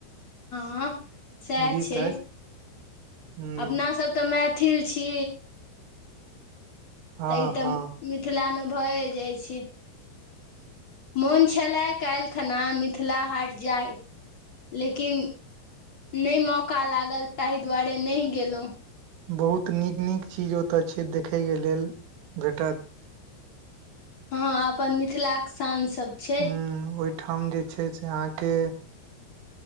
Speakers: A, on the left; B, on the right.
A: हँ सैह
B: गीत
A: छै।
B: ऐछ। हुं
A: अपनासभ तऽ मैथिल छी।
B: हँ
A: तऽ ई तऽ
B: हँ
A: मिथिलामे भए जाइ छै। मोन छेले काइल खना मिथिला हाट जाय। लेकिन नै मौका लागल ताहि दुआरे नैह गेलउह।
B: बहुत नीक- नीक चीज ओतय छै, देखयके लेल भेटत।
A: हँ अपन मिथिलाक शान सब। छै
B: हु ओहिठाम जे छै से अहाँके